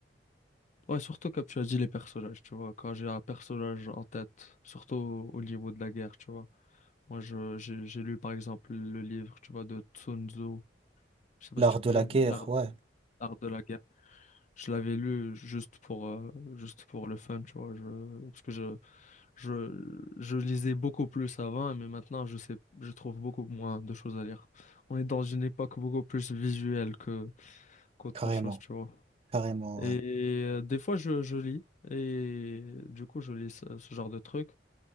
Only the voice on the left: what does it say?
Ouais, surtout comme tu as dit, les personnages, tu vois. Quand j'ai un personnage en tête, surtout au, au niveau de la guerre, tu vois. Moi, je, j'ai, j'ai lu par exemple le livre, tu vois, de Sun Tzu. Je sais
pas si tu
connais
l'art,
l'art de la guerre. Je l'avais lu juste pour, euh, juste pour le fun, tu vois. Je, parce que je, je, je lisais beaucoup plus avant, mais maintenant, je sais, je trouve beaucoup moins de choses à lire. On est dans une époque beaucoup plus visuelle que, qu'autre
chose, tu vois.
Et
euh, des fois, je, je lis, et du coup, je lis ce, ce genre de truc,